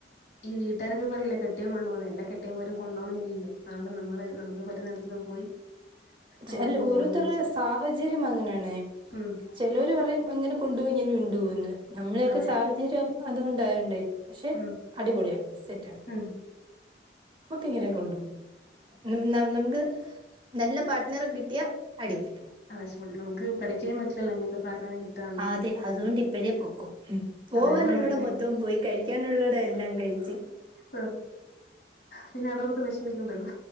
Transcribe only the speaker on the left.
ഈ വിട്ടാരൊക്കെ പറീലെ കെട്ട്യോൻ <unintelligible> എല്ലാ കെട്ട്യോൻ മാരും കൊണ്ടോണംന്ന് ഇല്ലല്ലോ അതോണ്ട് നമ്മള് നമ്മക്ക് പറ്റുന്നിടത് പോയി. അങ്ങനങ്ങ്
പോവാന്ന് വിചാരിച്ചു
ഉം
അതെ
ഉം
ഉം
ആഹ് <unintelligible> നമുക്ക് ക്രഡിറ്റ്യ്യാൻ പറ്റില്ലല്ലോ ഇങ്ങൻതെ പാർട് ട്ടാ.
അതെഹം നല്ലേ
ആ പിന്നെ അതോർത്ത് വേഷ്മിക്കണ്ടല്ലോ.